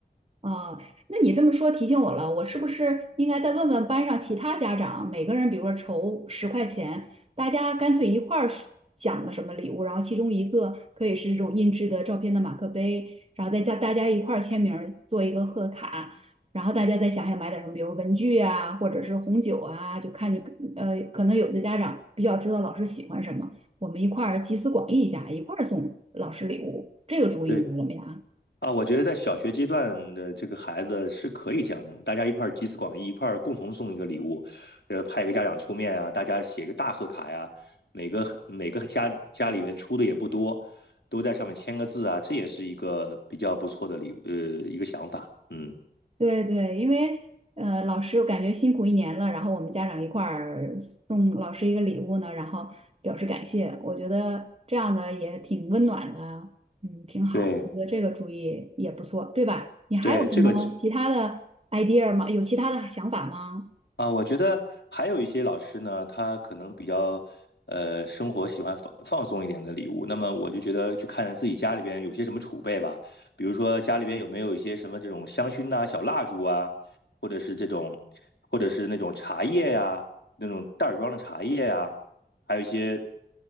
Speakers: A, on the right; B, on the left.
A: 啊，那你这么说提醒我了，我是不是应该再问问班上其他家长，每个人比如说筹十块钱，大家干脆一块儿是想个什么礼物，然后其中一个可以是这种印制的照片的马克杯，然后再加大家一块儿签名儿做一个贺卡，然后大家再想想买点什么，比如文具啊，或者是红酒啊，就看着呃，可能有的家长比较知道老师喜欢什么，我们一块儿集思广益一下，一块儿送老师礼物，这个主意你怎么样？
B: 对。啊，我觉得在小学阶段的这个孩子是可以这样弄，大家一块儿集思广益，一块儿共同送一个礼物，呃，派一个家长出面啊，大家写个大贺卡呀，每个每个家家里边出的也不多，都在上面签个字啊，这也是一个比较不错的礼，呃，一个想法。嗯，
A: 对对，因为呃，老师我感觉辛苦一年了，然后我们家长一块儿送老师一个礼物呢，然后表示感谢，我觉得这样的也挺温暖的，嗯，挺好，
B: 对
A: 我觉得这个主意也不错，对吧？你还有什么其他的
B: 对，这个
A: idea 吗？有其他的想法吗？
B: 啊，我觉得还有一些老师呢，他可能比较呃生活喜欢放放松一点的礼物。那么我就觉得去看自己家里边有些什么储备吧，比如说家里边有没有一些什么这种香薰呐、小蜡烛啊，或者是这种，或者是那种茶叶呀、那种袋儿装的茶叶呀、还有一些